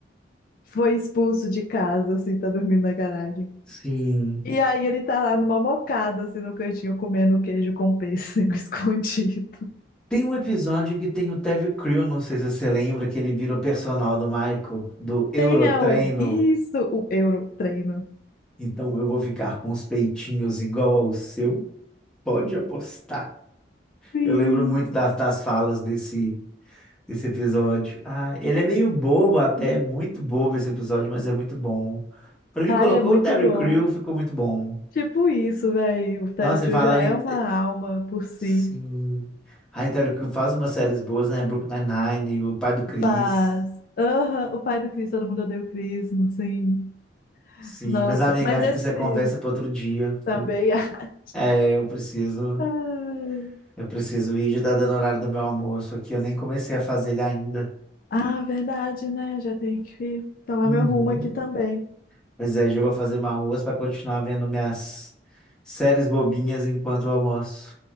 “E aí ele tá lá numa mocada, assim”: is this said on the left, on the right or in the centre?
Left